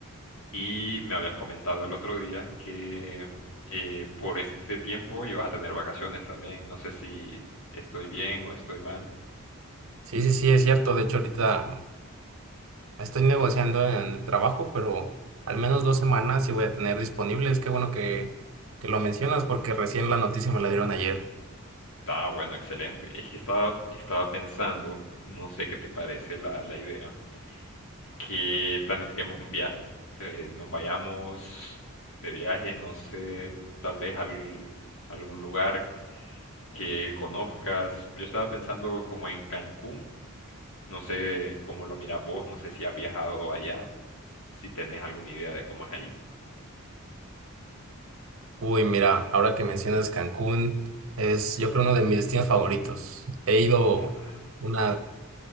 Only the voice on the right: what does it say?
Sí, sí, sí, es cierto. De hecho, ahorita estoy negociando en el trabajo, pero al menos dos semanas sí voy a tener disponibles. Qué bueno que, que lo mencionas porque recién la noticia me la dieron ayer.
Uy, mira, ahora que mencionas Cancún, es yo creo uno de mis destinos favoritos. He ido
unas